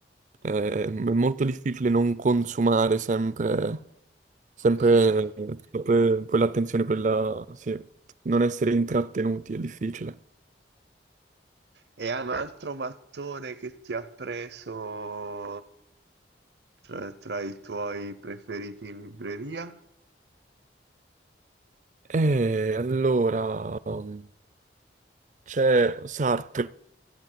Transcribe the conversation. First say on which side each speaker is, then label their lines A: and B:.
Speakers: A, on the right (about 70°); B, on the right (about 45°).
A: mm.
B: Eh, è molto difficile non consumare sempre, sempre
A: Eh già.
B: quella quell'attenzione, quella, sì, non essere intrattenuti è difficile.
A: E ha un altro mattone che ti ha preso tra, tra i tuoi preferiti in libreria?
B: E allora um, c'è Sartre,